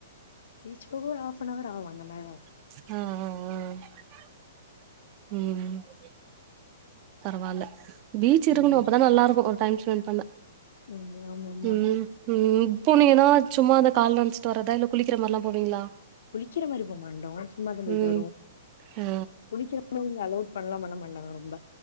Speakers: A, on the left (about 70°); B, on the right (about 35°).
A: பீச்ச போக ஒரு ஹாஃப் அன் அவர் ஆகு அந்த மாரி தா
B: ம் ம் ம் ம் பரவால்ல பீச் இருக்கணு
A: ம்.
B: அப்பதா நல்லாருக்கு ஒரு டைம் ஸ்பெண்ட் பண்ண
A: ம். ஆமாமா.
B: ம் ம் இப்ப நீங்க ஏன்னா சும்மா அந்த கால் நனச்சிட்டு வர்றதா இல்ல குளிக்கிற மாரிலா போவீங்களா
A: குளிக்கிற மாரி போமாடோ சும்மா தா போயிட்டு
B: ம்
A: வருவோ
B: ஆ ஆ
A: குளிக்கிற <inaudible> ஓர் அளவுக் பண்ணலா பண்ண மாட்டாங்க ரொம்ப